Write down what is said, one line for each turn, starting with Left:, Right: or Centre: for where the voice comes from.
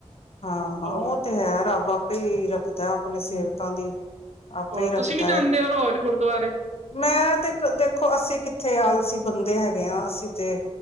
Left: ਹਾਂ,
Right: ਹੋਰ
Left: ਉਹ ਤੇ ਹੈ, ਰੱਬ ਆਪੇ ਰੱਖਦਾ ਆਪਣੇ
Right: ਹਮ
Left: ਸੇਵਕਾਂ ਦੀ। ਆਪੇ
Right: ਹੋਰ
Left: ਹੀ ਰੱਖਦਾ
Right: ਤੁਸੀਂ ਵੀ ਜਾਂਦੇ
Left: ਏ
Right: ਹੋ ਰੋਜ। ਰੋਜ ਗੁਰਦੁਆਰੇ
Left: ਮੈਂ ਤੇ ਦੇਖੋ ਅਸੀਂ ਕਿੱਥੇ ਆਲਸੀ ਬੰਦੇ ਹੈਗੇ ਹਾਂ, ਅਸੀਂ ਤੇ